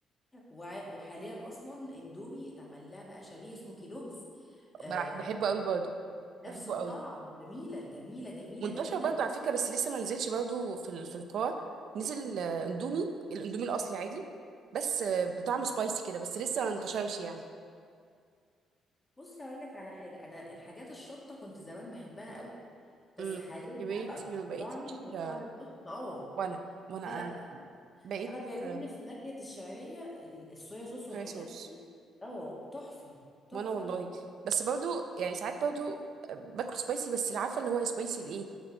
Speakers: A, on the left (about 20°); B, on the right (about 65°).
A: وع- وحاليا اصلا اندومي اتعمل لها بقى شبيه اسمه كيلوجز آه
B: بح- بحبه قوي برضه
A: نفس
B: بحبه
A: الطعم
B: قوي
A: جميله جميله جميله
B: منتشر
A: جميله
B: برضه على فكره بس لسه ما نزلش برضه في ال- في القاع نزل آه، اندومي الاندومي الاصلي عادي بس آه، بطعم سبايسي كده بس لسه ما انتشرش يعني
A: بص هقول لك على حاجه انا الحاجات الشطه كنت زمان بحبها قوي بس
B: امم
A: حاليا
B: كبرتي
A: بقى بقت
B: ما بقيتيش
A: تقطعني وترفع
B: آه،
A: لي الضغط اه
B: وانا وانا
A: فلا
B: انا بقيت
A: انا بيعجبني
B: آه،
A: في نكهه الشعريه ال- الصويا صوص والحاجات
B: صويا صوص
A: دي اه تحفه تحفه
B: وانا والله
A: تحفه
B: بس برضو يعني ساعات برضو باكل سبايسي بس اللي عارفه اللي هو سبايسي الايه